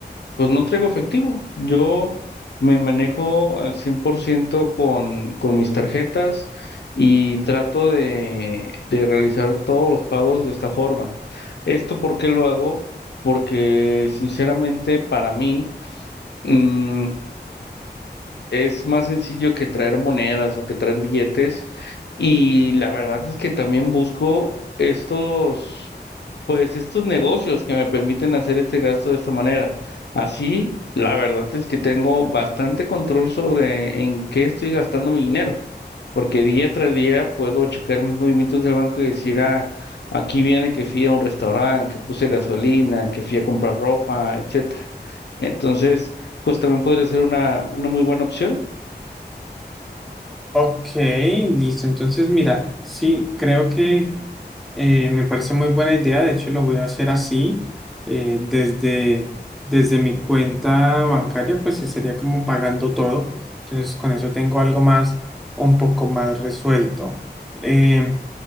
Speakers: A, on the left; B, in the centre.
A: Pues no traigo efectivo. Yo me manejo al 100% con, con mis tarjetas y trato de, de realizar todos los pagos de esta forma. ¿Esto por qué lo hago? Porque sinceramente para mí mm, es más sencillo que traer monedas o que traer billetes y la verdad es que también busco estos... Pues estos negocios que me permiten hacer este gasto de esta manera. Así, la verdad es que tengo bastante control sobre en qué estoy gastando mi dinero, porque día tras día puedo checar mis movimientos del banco y decir, ah, aquí viene que fui a un restaurante, que puse gasolina, que fui a comprar ropa, etcétera. Entonces, pues también podría ser una, una muy buena opción.
B: Ok, listo. Entonces, mira, sí, creo que Eh, me parece muy buena idea, de hecho lo voy a hacer así, eh, desde, desde mi cuenta bancaria, pues sí sería como pagando todo, entonces con eso tengo algo más, un poco más resuelto. Em,